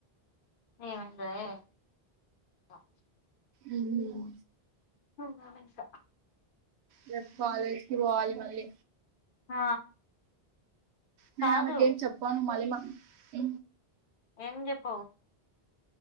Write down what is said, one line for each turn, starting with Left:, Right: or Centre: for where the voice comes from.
Left: ఏం ఎంజాయో ఏమో ఇంక
Right: ఉమ్మ్
Left: అవునా మిన్ష
Right: రేపు కాలేజ్కి పోవాలి మళ్ళీ
Left: ఆ
Right: నేను
Left: కాదు
Right: ఆమెకేం చెప్పను మల్లి మమ్ కి
Left: ఏం చెప్పవు